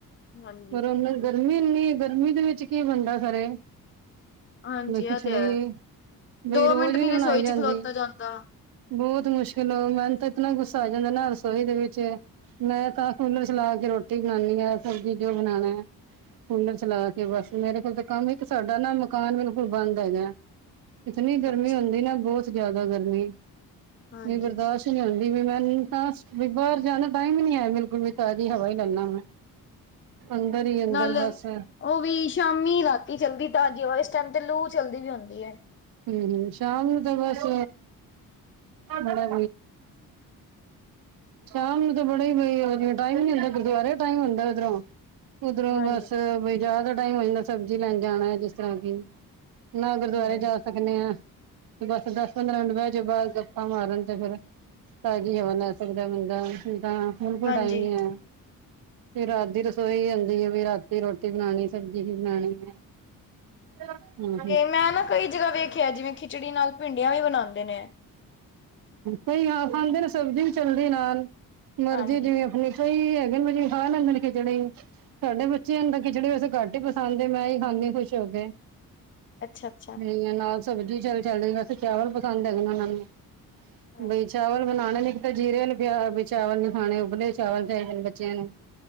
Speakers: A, on the left (about 30°); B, on the right (about 65°).
A: ਹਾਂਜੀ
B: ਪਰ ਉਹ ਗਰਮੀ ਇੰਨੀ ਏ, ਗਰਮੀ ਦੇ ਵਿੱਚ ਕੀ ਬੰਦਾ ਕਰੇ।
A: ਹਾਂਜੀ ਇਹ
B: ਖਿਚੜੀ,
A: ਤੇ ਹੈ
B: ਬਈ
A: ਦੋ
B: ਰੋਜ਼
A: ਮਿੰਟ
B: ਵੀ ਨੀ ਬਨਾਈ
A: ਰਸੋਈ
B: ਜਾਂਦੀ।
A: ਚ ਖਲੋਤਾ ਜਾਂਦਾ
B: ਬੋਤ ਮੁਸ਼ਕਿਲ ਹੋ, ਮੈਨ ਤਾਂ ਇਤਨਾ ਗੁੱਸਾ ਆ ਜਾਂਦਾ ਨਾ ਰਸੋਈ ਦੇ ਵਿੱਚ ਮੈਂ ਤਾਂ, ਕੂਲਰ ਚਲਾ ਕੇ ਰੋਟੀ ਬਣਾਉਾਨਣੀ ਆ। ਸਬਜ਼ੀ ਜੋ ਬਨਾਣਾ ਐ, ਕੂਲਰ ਚਲਾ ਕੇ। ਤੇ ਬਸ, ਮੇਰੇ ਕੋਲ ਤਾਂ ਕੰਮ ਇੱਕ ਸਾਡਾ ਨਾ ਮਕਾਨ, ਬਿਲਕੁਲ ਬੰਦ ਏਗਾ। ਇਤਨੀ ਗਰਮੀ
A: ਅੱਛਾ
B: ਹੁੰਦੀ ਨਾ, ਬੋਤ ਜ਼ਿਆਦਾ ਗਰਮੀ,
A: ਹਾਂਜੀ
B: ਵੀ ਬਰਦਾਸ਼ਤ ਨੀ ਹੁੰਦੀ, ਵੀ ਮੈਨੂੰ ਤਾਂ ਬਾਹਰ ਜਾਣਾ ਟਾਈਮ ਹੀ ਨੀ ਆ, ਬਿਲਕੁਲ ਵੀ ਤਾਜ਼ੀ ਹਵਾ ਈ ਲੈਲਾ ਮੈਂ। ਅੰਦਰ ਈ ਅੰਦਰ,
A: ਨਾਲੇ
B: ਬਸ
A: ਉਹ ਵੀ ਸ਼ਾਮੀ-ਰਾਤੀ ਚਲਦੀ ਤਾਜ਼ੀਹਵਾ, ਇਸ ਟੈਮ ਤੇ ਲੂ ਚਲਦੀ ਵੀ ਹੁੰਦੀ ਏ।
B: ਹੂੰ-ਹੂੰ, ਸ਼ਾਮ ਨੂੰ ਤਾਂ ਬਸ ਬੜਾ ਸ਼ਾਮ ਨੂੰ ਤਾਂ ਬੜਾ ਈ ਬਈ ਟਾਈਮ ਨੀ ਹੁੰਦਾ, ਗੁਰਦੁਆਰੇ ਟਾਈਮ ਹੁੰਦਾ ਉਧਰੋਂ ਉਧਰੋਂ
A: ਹਾਂਜੀ
B: ਬਸ, ਬਜਹ ਦਾ ਟਾਈਮ ਹੋ ਜਾਂਦਾ, ਸਬਜ਼ੀ ਲੈਣ ਜਾਣਾ ਹੈ ਜਿਸ ਤਰ੍ਹਾਂ ਕਿ ਨਾ ਗੁਰਦੁਆਰੇ
A: ਹਮ
B: ਜਾ ਸਕਣੇ ਆ। ਬਸ ਦਸ ਪੰਦਰਾਂ ਮਿੰਟ ਬਹਿ 'ਚ, ਬਾਅਦ ਗੱਪਾ ਮਾਰਨ ਤੇ ਫੇਿਰ ਤਾਜ਼ੀ ਹਵਾ ਲੈ ਸਕਦਾ ਬੰਦਾ, ਤਾਂ ਬਿਲਕੁਲ
A: ਹਾਂਜੀ
B: ਟਾਈਮ ਨੀ ਐ। ਫ ਰਾਤ ਦੀ ਰਸੋਈ ਆਉਦੀ ਏ, ਵੀ ਰਾਤੀ ਰੋਟੀ ਬਣਾਉਣੀ, ਸਬਜ਼ੀ ਵੀ ਬਣਨੀ ਏ। ਹ। ਹੂੰ।
A: ਤੇ ਮੈਂ ਨਾ ਕਈ ਜਗ੍ਹਾ ਵੇਖਿਆ, ਜਿਵੇਂ ਖਿਚੜੀ ਨਾਲ ਭਿੰਡੀਆਂ ਵੀ ਬਣਾਂਦੇ ਨੇ।
B: ਕਈ ਹਾਂ ਖਾਂਦੇ ਨੇ, ਸਬਜ਼ੀ ਵੀ ਚੱਲਦੀ ਨਾਲ, ਮਰਜ਼ੀ
A: ਹਾਂਜੀ
B: ਜਿਵੇਂ ਅਪਨੀ। ਕਈ ਹੈਗੇ, ਮਿਲੀ ਖਾ ਲੈਂਦੇ ਨੇ ਖਿਚੜੀ ਸਾਡੇ ਬੱਚਿਆਂ ਨੂੰ ਤਾਂ, ਖਿਚੜੀ ਵੈਸੇ ਘੱਟ ਈ ਪਸੰਦ ਏ। ਮੈਂ ਈ ਖਾਨੀਂ ਖੁਸ਼ ਹੋ ਕੇ।
A: ਅੱਛਾ-ਅੱਛਾ,
B: ਠੀਕ ਨਾਲ ਸਬਜ਼ੀ ਚੱਲ ਚੱਲਦੀ, ਹੀ ਵੈਸੇ ਚਾਵਲ ਪਸੰਦ ਹੈਗਾਨਾਂ ਨੂੰ।
A: ਹਾਂ
B: ਬਈ ਚਾਵਲ ਬਨਾਣੇ ਨੇ ਜੀਰੇ ਵਾਲੇ ਪ ਚਾਵਲ ਨੀ ਖਾਣੇ, ਉਬਲੇ ਚਾਵਲ ਚਾਈਦੇ ਨੇ ਬੱਚਿਆਂ ਨੂੰ।